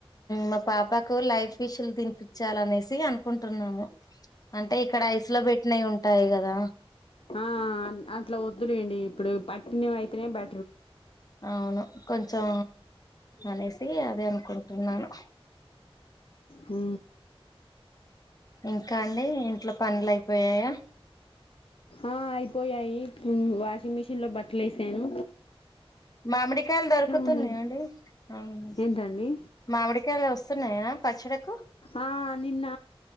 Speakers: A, on the left (about 40°); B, on the left (about 65°).
A: మా పాపకు లైవ్ ఫిషులు తినిపించాలనేసి అనుకుంటున్నాము అంటే ఇక్కడ ఐస్ లో పెట్టినవి ఉంటాయి కదా
B: ఆ అట్లా వద్దులేండి ఇప్పుడు పట్టినవైతేనే బె
A: అవును కొంచెం అనేసి అదే అనుకుంటున్నాను
B: ఉ
A: ఇంకా అండి ఇంట్లో పనులు అయిపోయయా
B: ఆ అయిపోయాయి వాషింగ్ మిషిన్ లో బట్టలేసాను
A: మామిడికాయలు దొరుకుతున్నాయండి
B: ఉన్నది
A: అవును
B: ఏంటండి
A: మామిడికాయలు వస్తున్నాయా పచ్చడకు
B: ఆ నిన్న